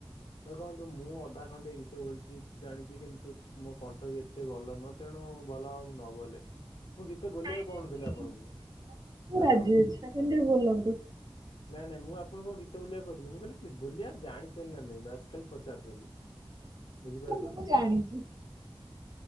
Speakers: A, on the left (about 70°); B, on the right (about 45°).
A: ଦେଖନ୍ତୁ ମୁଁ ଅଧା ଖଣ୍ଡିଆ ଗୀତ ବୋଲଚି ଜାଣିଚି କିନ୍ତୁ ମୋ କଣ୍ଠ ବି ଏତେ ଭଲ ନୁହଁ। ତେଣୁ ଭଲ ହବ ନ ବୋଲେ ମୁଁ ଗୀତ ବୋଲିଆକୁ
B: ନାଇଁ ଟିକେ
A: କହୁ ନଥିଲି ଆପଣଙ୍କୁ
B: ବୋଲନ୍ତୁ। ମୁଁ
A: ହାଲୋ।
B: ରାଜି ଅଛି ଆପଣ ଟିକେ ବୋଲନ୍ତୁ
A: ନାଇଁ ନାଇଁ ମୁଁ ଆପଣଙ୍କୁ କଣ ଗୀତ ବୋଲିଆକୁ କହୁଥିଲି ମୁଁ କହିଲି କି ବୋଲିଆ ଜାଣିଚନ୍ତି ନା ନାଇଁ। ବାସ ଖାଲି ପଚାରୁଥେଲି ବୁଝିପାରୁଚନ୍ତି?
B: ମୁଁ ଜାଣିଛି।